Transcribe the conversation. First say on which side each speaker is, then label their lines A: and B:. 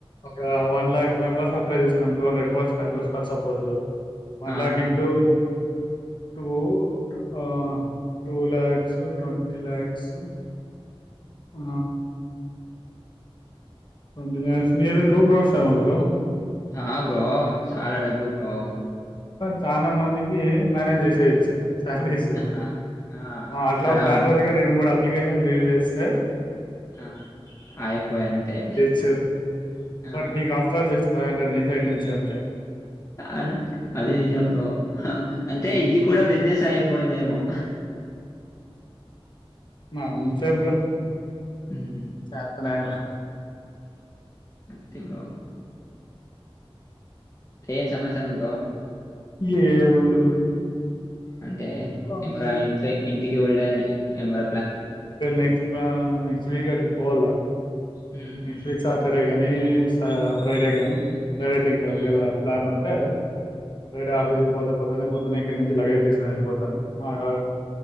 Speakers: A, on the left (about 50°); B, on the left (about 30°).
A: ఒక
B: ఆ!
A: వన్ లాక్ మెంబర్స్ అప్లై చేస్త నం టూ హండ్రెడ్ పోస్ట్ అనుకో ఫర్ సపోజు వన్
B: ఆ!
A: లాక్ ఎంటూ టూ ఆ టూ లాక్స్ ట్వంటీ లాక్స్ ఆ twenty lakhs nearly two crores ఏమో బ్రో
B: ఆ బ్రో చాలా డబ్బు బ్రో
A: చాల మందికి మేనేజ్ చేసేయచ్చు సాలరీస్
B: ఆ! ఆ!
A: అట్లా
B: హరాం.
A: పారల్గా రెండు మూడు అప్లికేషన్ రిలీజ్ చేస్తే
B: ఆ అయిపాయె అంతే
A: చ్చు బట్
B: ఆహా!
A: నీకు ఆఫ్టర్ల్ జస్ట్ బై్రెడ్ నీ సైడ్ నుంచి అంతే
B: అ అది నిజం బ్రో అంటే
A: ఉమ్.
B: ఇది కూడా బిజినెస్ అయిపోయిందేమో
A: హ అంతే బ్రో
B: హ్మ్.
A: చేతనయలా
B: అంతే బ్రో ఏం సమాచారం బ్రో
A: ఏం ఉంది బ్రో
B: అంటే
A: అంతే
B: ఎమన్నా ఇట్లా ఇంటికి ఒళే ఎమర
A: నెక్స్ట్ నెక్స్ట్ వీక్ అట్లా పోవాల
B: హ్మ్.
A: నెక్స్ట్
B: హ్మ్.
A: వీక్ సాటర్డే గాని నీ ఫ్రైడే గానీ డైరెక్ట్ ఇంగ
B: హ్మ్.
A: ఒకవేల ప్లాన్ ఉంట టే రటే
B: హ్మ్.
A: ఆఫసిస్ కి పోత పోతే అందుకనే పొద్దున్న ఇక్కడి నుంచి లగేజ్ తీసుకొని వెళ్ళిపోతాను ఆడ